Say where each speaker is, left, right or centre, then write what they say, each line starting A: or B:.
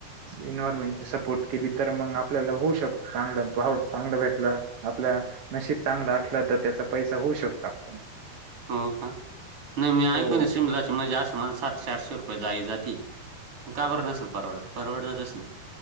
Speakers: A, on the right (about 55°); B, on the right (about 35°).
A: इन्वयरमेंटची सपोर्ट केली, तर मग आपल्याला होऊ शकतो चांगलं, भाव हो चांगला भेटला. आपला नशीब चांगलं असलं, तर त्याचा पैसा होऊ शकतो, आपल्याला.
B: हो का, नाही मी ऐकू
A: हो
B: न, शीमलाची म्हणजे अशी माजी सातशे आठशे रुपये जाळी जात ती, म काबर नसल परवडत? परवडतच ना,